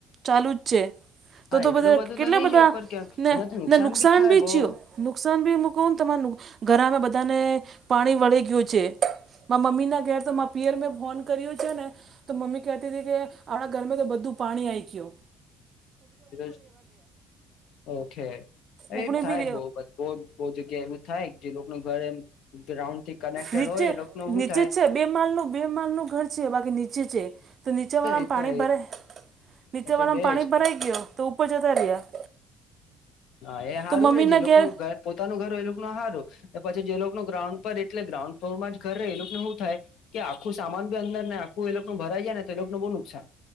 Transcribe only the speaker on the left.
હા
એટલું
બધું
તો નહી
જોય પર કેમ
એનાથી
બી થાય
બહ
જ ઓકે એ
થાય
બહ બધા બહ જ બહુ જગ્યા એવું થાય જે લોકો ઘરે રાઉન્ડ થી કનેક્ટેડ
હોય એ લોકો ન શું
થાય
એ
તો
એ તો રેજ
હા એ સારું
રે છે લોકોનું
ઘર પોતાનું ઘર એ ન હારો પછી જે લોકોું ગ્રાઉન્ડ પર એટલે ગ્રાઉન્ડ ફ્લોરમાં જ ઘર ર એ લોકોને શું થાય કે આખું સામાન બી અંદર ને આખું એ લોકો નું ભરાઈ જાય ને તો એ લોકોને બહુ નુકસાન